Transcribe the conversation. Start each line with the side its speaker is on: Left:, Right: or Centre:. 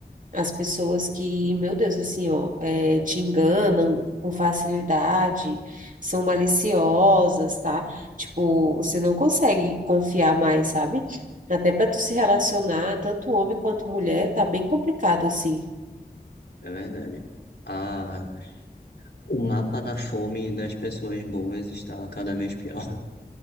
Right: As pessoas que, meu Deus, assim, ó, é, te enganam com facilidade, são maliciosas, tá? Tipo, você não consegue confiar mais, sabe? Até para tu se relacionar, tanto homem quanto mulher, tá bem complicado assim.
Left: É verdade. Ah, o mapa da fome das pessoas boas está cada vez pior.